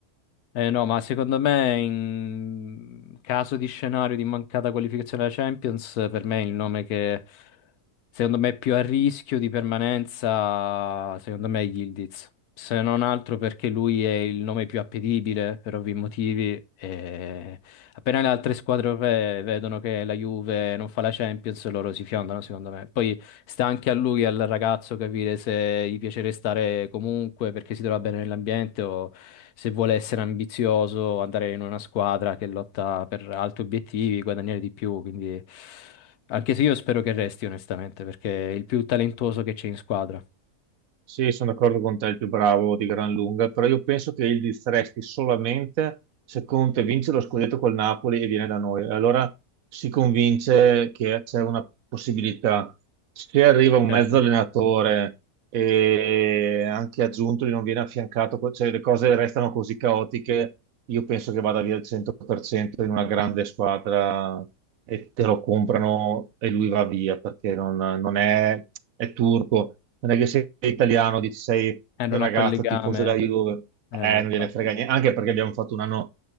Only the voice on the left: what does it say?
Eh, no, ma secondo me in caso di scenario di mancata qualificazione alla Champions, per me il nome che Secondo me è più a rischio di permanenza, secondo me è Yildiz. Se non altro perché lui è il nome più appetibile per ovvi motivi. e Appena le altre squadre europee vedono che la Juve non fa la Champions, loro si fiondano, secondo me. Poi sta anche a lui, al ragazzo, capire se gli piace restare comunque perché si trova bene nell'ambiente o se vuole essere ambizioso, andare in una squadra che lotta per altri obiettivi, guadagnare di più. Quindi. Anche se io spero che resti, onestamente, perché è il più talentuoso che c'è in squadra.
Certo.
Eh, non
ha quel legame.
Eh,
no, infatti.